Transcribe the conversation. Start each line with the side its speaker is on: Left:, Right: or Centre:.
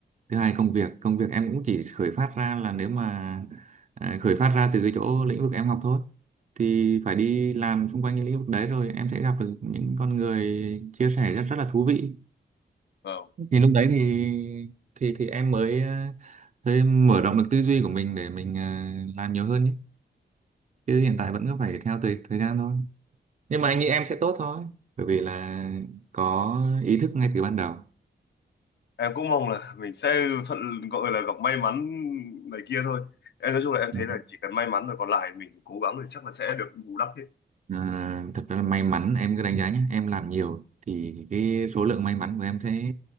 Right: thứ hai công việc công việc em cũng chỉ khởi phát ra là nếu mà à, khởi phát ra từ cái chỗ lĩnh vực em học thôi thì phải đi làm xung quanh cái lĩnh vực đấy rồi em sẽ gặp được những con người chia sẻ rất rất là thú vị
Left: vâng
Right: thì lúc đấy thì thì thì em mới ờ, mới mở rộng được tư duy của mình để mình ờ, làm nhiều hơn nhé chứ hiện tại vẫn cứ phải theo thời thời gian thôi nhưng mà anh nghĩ em sẽ tốt thôi bởi vì là có ý thức ngay từ ban đầu
Left: em cũng mong là mình sẽ thuận gọi là gặp may mắn này kia thôi em nói chung là em
Right: Ừ.
Left: thấy là chỉ cần may mắn rồi còn lại mình cố gắng thì chắc là sẽ được bù đắp hết
Right: à, thật ra là may mắn em cứ đánh giá nhé em làm nhiều thì cái số lượng may mắn của em sẽ